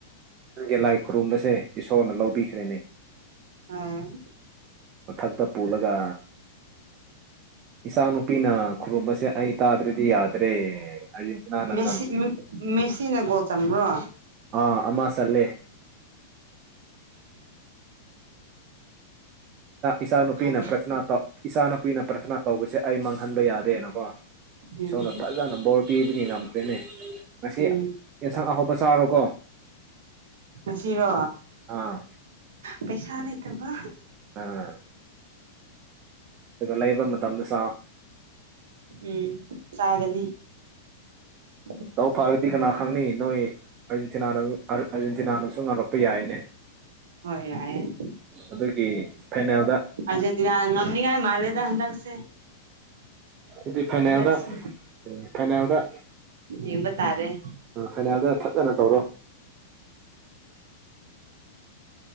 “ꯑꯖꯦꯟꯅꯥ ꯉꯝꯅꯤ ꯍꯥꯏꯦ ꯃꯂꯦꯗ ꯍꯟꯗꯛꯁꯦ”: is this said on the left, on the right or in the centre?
Right